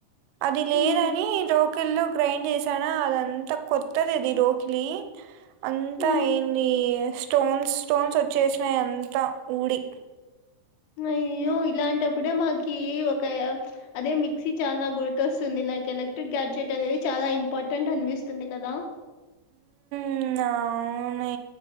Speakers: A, on the right; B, on the left.
A: అది లేదని
B: హ్మ్,
A: రోకిల్లో గ్రైండ్ చేసానా అదంతా కొత్తది అది రోకిలి అంతా
B: హ్మ్.
A: ఏంది స్టోన్స్ స్టోన్స్ వచ్చేసినాయి అంతా ఊడి
B: అయ్యో ఇలాంటప్పుడే మాకి ఒక అదే మిక్సీ చానా గుర్తొస్తుంది లైక్ ఎలక్ట్రిక్ గ్యాడ్జెట్ అనేది చాలా ఇంపార్టెంట్ అనిపిస్తుంది కదా?
A: ఉమ్ అవును